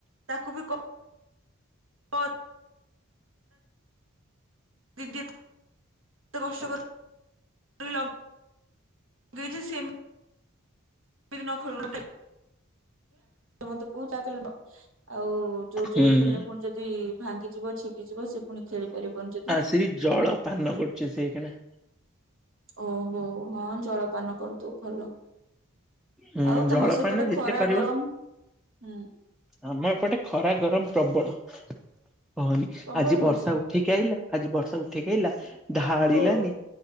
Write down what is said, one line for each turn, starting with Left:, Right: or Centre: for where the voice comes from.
Right: ତାକୁ ବି କ ପର <unintelligible> ଏତେ କଷ୍ଟ କର୍
Centre: ଁ
Right: <unintelligible> ଦେଇଛି ସେମ <unintelligible> ଖେଳ ମତେ କହୁ କଲେ ଆଉ ଜୋର ଜୋରରେ
Centre: ହୁଁ।
Right: ଖେଳିଲେ ପୁଣି ଯଦି ଭାଙ୍ଗିଯିବ ଛିଟିଯିବ ସେ ପୁଣି ଖେଳି ପାରିବନି ଯଦି।
Centre: ଆସ ଜଳ ପାନ କରୁଛି ସେଇ କିଣା
Right: ଓହୋ ହଁ ଜଳପାନ କରିଦେଉ ଭଲ।
Centre: ହୁଁ
Right: ଆଉ
Centre: ଜଳପାନ
Right: ତମର ସେପଟେ
Centre: ଯେତେ
Right: ଖରା
Centre: କରିବ
Right: ଗରମ ହୁଁ।
Centre: ଆମ ଏପଟେ ଖରା ଗରମ ପ୍ରବଳ କହନି
Right: ପ୍ରବଳ
Centre: ଆଜି
Right: ହଉଛି।
Centre: ବର୍ଷା ଉ ଉଠେଇକି ଆଇଲା ଆଜି ବର୍ଷାକୁ ଉଠେଇକି ଆଇଲା ଢାଳିଲାନି
Right: ହଁ।